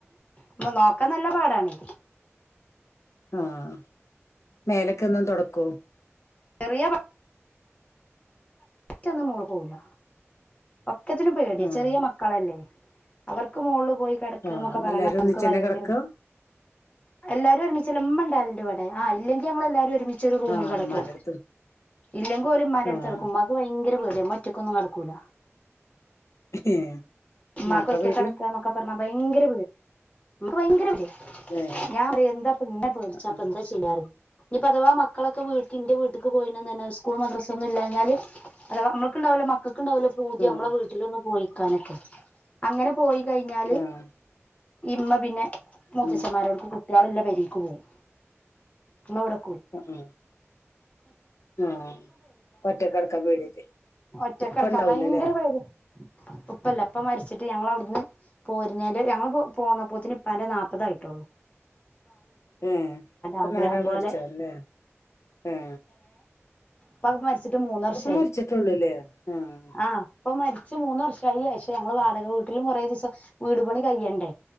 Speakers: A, on the left; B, on the left.
A: ഉം നോക്കാൻ നല്ല പാടാണേ
B: ആഹ് മേലക്ക ഒന്നും തുൊടക്കോ
A: ചെറിയ മറ്റൊന്നും മോള് പോവില്ല ഒക്കത്തിന് പേട
B: ആഹ്
A: ചെറിയ മക്കളല്ലേ അവർക്ക് മോള് പോ കിടക്കൊക്കെ
B: ആഹ്
A: പറമക്ക്
B: എല്ലാരും ഒന്നിച്ചന്നെ
A: ഭയങ്കര
B: കെടക്ക
A: എല്ലാരും ഒരുമിച്ചമ്മണ്ടാല ആ ഇല്ലെങ്കി ഞങ്ങൾ എല്ലാരും ഒരുമിച്ചരു റൂമിൽ
B: ആഹ്
A: കിടക്കും
B: ഇമ്മാന്റെട്ത്ത്
A: ഇല്ലെങ്കിൽ പോലും മമാരു അടുത്ത്
B: ആഹ്
A: ക കടക്കും മ്മാക്ക് ഭയങ്കര പേടിയ മ്മറ്റക്കൊന്നും കിടക്കൂല
B: <unintelligible>
A: ഉമ്മാക്ക്
B: ഇമ്മാക്കാ
A: ഒറ്റയ്ക്
B: പേടി
A: കടക്കന്നൊക്കെ പറഞ്ഞ ഭയങ്കര ഭയങ്കര
B: ഏഹ്
A: ഞാൻ അറിയ എന്താ പിന്നെ പേടിച്ച അപ്പ
B: ആഹ്
A: എന്താ ചെയ്യാറ ഇനി അഥവാ മക്കളൊക്കെ വീട്ടിന്റെ വീട്ട- ക്ക് പോയിന്ന്ഞ്ഞസ്കൂൾ മദ്രസ ഒന്നും ഇല്ലാഞ്ഞാല് അതവ നമ്മുക്കുണ്ടാവോ മക്കക്ക് ണ്ടാവലോ പൂതി
B: ആഹ്
A: നമ്മളെ വീട്ടിലൊന്ന് പോയിക്കാനൊക്കെ അങ്ങനെ പോയി കഴിഞ്ഞാല്
B: ആഹ്
A: ഇമ്മ പിന്നെ മുത്തച്ഛന്മാരോടക്ക്
B: ഉം
A: കുട്ടികളല്ല പരിക്ക് പോകവും ഇമ്മ ഇവിടെ
B: ആഹ് ആഹ് ഒറ്റക്കെടക്കാൻ പേടിയായിട്ട്
A: ഒറ്റക്ക
B: ഇപ്പ
A: കടക്കാൻ
B: ഇണ്ടാവൂലല്ലേ
A: ഭയങ്കര പേടിയാ ഉപ്പല്ല ഇപ്പ മരിച്ചിട്ട് ഞങ്ങ അവിടുന്ന് പോരുന്നന്റെ ഞങ്ങള്ൾ പോകന്നപ്പോത്തിന് ഇപ്പാന്റെ നാപ്പതായിട്ടള്ളൂ
B: <inaudible> ഏ ഒപ്പന്നാര
A: ആഗ്രഹം പോലെ
B: മരിച്ചല്ലേ ഹെ
A: ഇപ്പ മരിച്ചിട്ട് മൂന്ന് വർഷയി
B: മരിച്ചിട്ടൊള്ളൂല്ലേ ആഹ്
A: ആ ഇപ്പൊ മരിച്ച മൂന്ന് വർഷമായി പക്ഷെ ഞങ്ങൾ വാടക വീട്ടിലും കുറേ ദിവസം വീട്പണി കഴ്യണ്ടേ